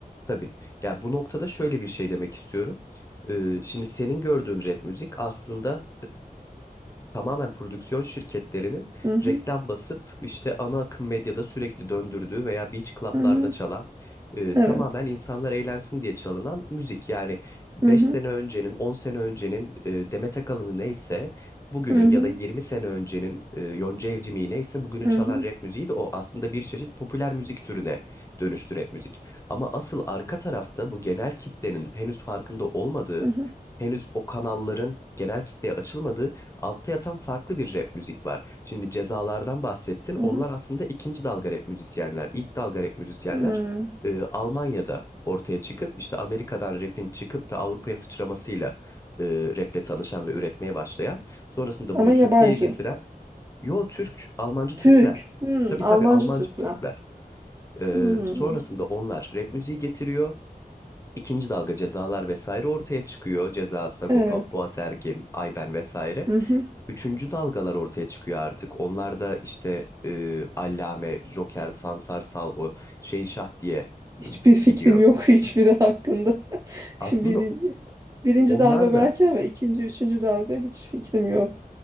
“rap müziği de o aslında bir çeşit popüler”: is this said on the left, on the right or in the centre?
Left